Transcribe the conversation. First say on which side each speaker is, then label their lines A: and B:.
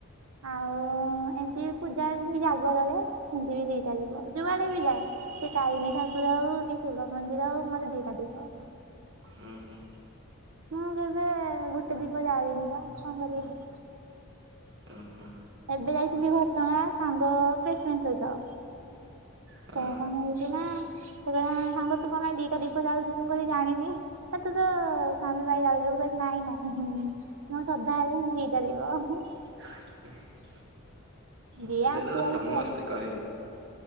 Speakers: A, on the right; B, on the right.
A: ଆଉ ଏମିତି ପୂଜା ହେଉଛି ଜାଗବର ସେମିତି ବି ଦିଟା ଦୀପ। ଯୁଆଡେ ବି ଯାଏ ସେ ତାରିଣୀ ଠାକୁର ହଉ କି ଶିବ ମନ୍ଦିର ହଉ ମୋରେ ଦିଟା ଦୀପ।
B: ହୁଁ ହୁ।
A: ମୁଁ କେବେ ଗୋଟେ ଦୀପ ଜାଳିିନି ବା ସମବାର ରୁ।
B: ଓହୋ।
A: ଏବେ ଯାଇଥିଲି ଘଟଗାଁ ସାଙ୍ଗ ବେଷ୍ଟଫ୍ରେଣ୍ଡ ସହିତ।
B: ହଁ
A: ତ କଣ ହେଇଛି ନା ସିଏ କହିଲ ସାଙ୍ଗ ତୁ କଣ ପାଇଁ ଦିଟା ଦୀପ ଯାଳୁଛୁ ମୁଁ କହିଲି ଜାଣିନି। ଆ ତୁ ତୋ ସ୍ୱାମୀ ପାଇଁ ଯାଳୁଛୁ ମୁଁ କହିଲି ନାଇଁ ନାଇଁ। ମୁଁ ସଧାବେଳେ ହି ଦିଟା ଦ୍ଵୀପ।
B: <inaudible> ସେଇଟା
A: ଯିଏ
B: ଯେତେବେଳେ
A: ଆସିବାରୁ
B: ସମସ୍ତେ
A: ସେ ଆସୁ
B: କହିବେ।